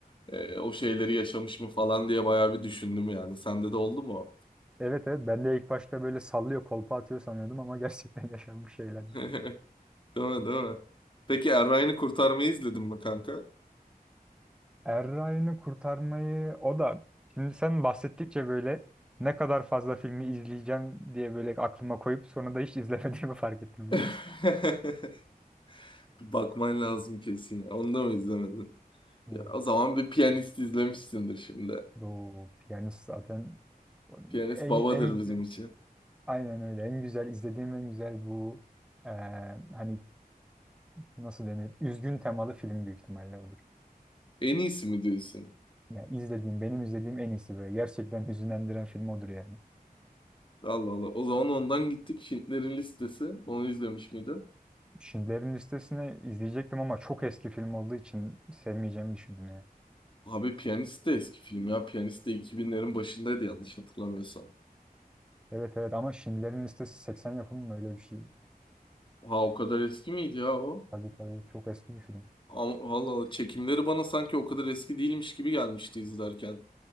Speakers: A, on the left; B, in the centre.
A: e, o şeyleri yaşamış mı falan diye bayağı bir düşündüm yani sende de oldu mu? o?
B: Evet evet ben de ilk başta böyle sallıyor kolpa atıyor sanıyordum ama gerçekten <laughs> yaşanmış şeylermiş.
A: <laughs> Değil mi değil mi? Peki Erray'ını kurtarmayı izledin mi kanka?
B: Er Ryan'ı kurtarmayı o da şimdi sen bahsettikçe böyle ne kadar fazla filmi izleyeceğim diye böyle aklıma koyup sonra da hiç izlemediğimi <laughs> fark ettim biliyor
A: <laughs>
B: musun?
A: Bir bakman lazım kesin ya onu da mı izlemedin?
B: Bu,
A: Ya, o zaman bir piyanist izlemişsindir şimdi.
B: bu piyanist zaten
A: Piyanist
B: en,
A: babadır
B: en
A: bizim
B: güzel
A: için.
B: aynen öyle en güzel izlediğim en güzel bu eee, hani nasıl denir? Üzgün temalı film büyük ihtimalle odur.
A: En iyisi mi diyorsun?
B: Ya izlediğim, benim izlediğim en iyisi böyle. Gerçekten hüzünlendiren film odur yani.
A: Allah Allah. O zaman ondan gittik. Şintlerin listesi. Onu izlemiş miydin?
B: Schindler'in Listesi'ni izleyecektim ama çok eski film olduğu için sevmeyeceğimi düşündüm yani.
A: Abi Piyanist de eski film ya. Piyanist de 2000'lerin başındaydı yanlış hatırlamıyorsam.
B: Evet evet ama Schindler'in Listesi 80 yapımı mı öyle bir şey?
A: Ha o kadar eski miydi ya o?
B: Tabii tabii çok eski bir film.
A: Ama- Allah Allah. Çekimleri bana sanki o kadar eski değilmiş gibi gelmişti izlerken.